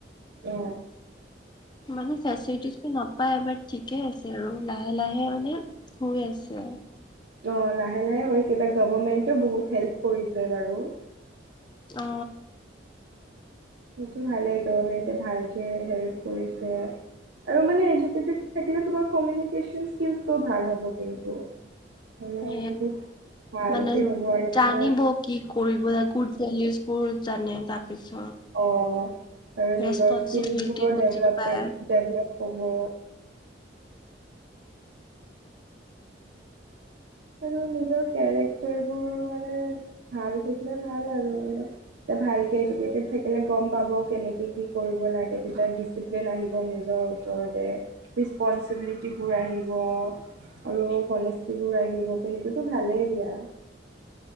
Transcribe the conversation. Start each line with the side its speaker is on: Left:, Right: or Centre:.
Right: অ।
Left: মানে ফেচেলিটিজ নাপায় এবাৰ ঠিকে আছে আৰু লাহে লাহে মানে- হৈ আছে।
Right: অ লাহে লাহে হৈছে আৰু গভৰোমেন্টেও বহুত হেল্প কৰিছে বাৰু।
Left: অ
Right: সেইটো ভালেই গভমেণ্টে ভালকে হেল্প কৰিছে। আৰু মানে এ থাকিলে <inaudible> স্টো ভাল হব কিন্তু মানে
Left: এ
Right: বহুত ভালকে
Left: মানে
Right: হ'ব আৰু
Left: জানিব
Right: তোমাৰ
Left: কি কৰিব পলিচ বোৰ জানে তাৰপিছত
Right: অ আৰু নিজৰ
Left: ৰেচপনচিবিলিটি
Right: স্কিলোৰ
Left: বুজি
Right: ডভপে
Left: পায়
Right: ডেভলপ হ'ব আৰু নিজৰ কেৰেক্টাৰ বোৰ মানে ভাল থাকিলে ভাল আৰু মানে এতিয়া ভালকে এডুকেটেড থাকিলে গম পাব কেনেকে কি কৰিব লাগে তেতিয়া ডিচিপ্লিন আহিব নিজৰ ওচৰতে ৰিচপনঞ্চিবিলিটিবোৰ আহিব। আৰু কলেজিবোৰ আহিব প সেইটোতো ভালেই দিয়া।